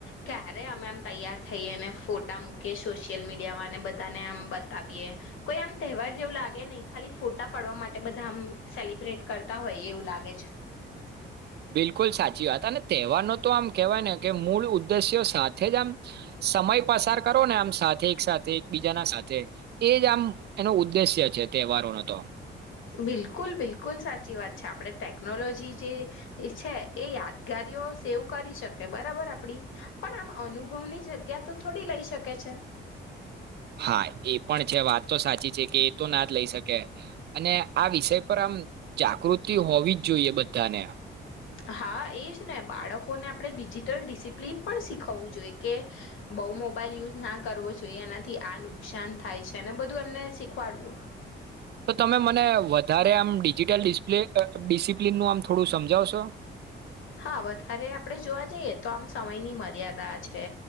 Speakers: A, on the left; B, on the right.
A: ક્યારે અમે એમ તૈયાર થઈએ ને ફોટા મૂકીએ સોશિયલ મીડિયા ને બધાને એમ બતાવીયેએ કોઈ આમ તહેવાર જેવું લાગે નહી ખાલી ફોટા પાડવા માટે બધા આમ સેલિબ્રેટ કરતા હોય એવું લાગે છે
B: બિલકુલ સાચી વાત અને તહેવારનો તો આમ કેહેવાય ને કે મૂળ ઉદ્દેશ્યો સાથે જ આમ સમય પસાર કરો ને આમ સાથે એક સાથે એકબીજાના સાથે એ જ આમ એનો ઉદ્દેશ્ય છે તહેવારોનો તો
A: બિલકુલ, બિલકુલ, સાચી વાત છે, આપડે ટેકનોલોજી જે છે એ, યાદ જગારીઓ સેવ કરી શકે બરાબર આપડી પણ આમ અનુભવની જગ્યા તો થોડી લઈ શકે છે
B: હા, એ પણ છે વાત તો સાચી છે કે એ તો ના જ લઈ શકે અને આ વિષય પર આમ જાગૃતિ હોવી જ જોઈએ બધાને
A: હા, એજ ને બાળકોને આપણે ડિજિટલ ડિસિપ્લિન પણ શીખવવું જોઈએ કે બહુ મોબાઈલ યુઝ ના કરવો જોઈએ એનાથી આ નુકસાન થાય છે, અને બધું એમને શીખવાડવું
B: તો તમે મને વધારે આમ ડિજિટલિસ્પ્લે ડિસિપ્લનનું આમ થોડું સમજાવશો
A: હા, વધારે આપણે જોવા જઈએ તો આમ સમયની મર્યાદા છે